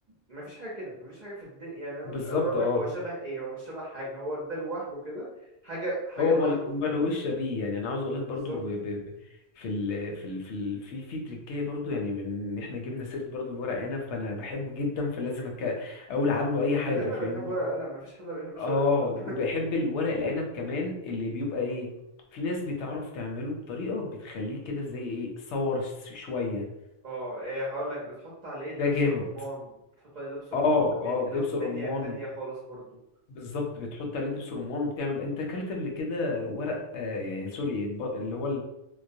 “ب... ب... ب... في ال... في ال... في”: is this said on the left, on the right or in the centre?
Left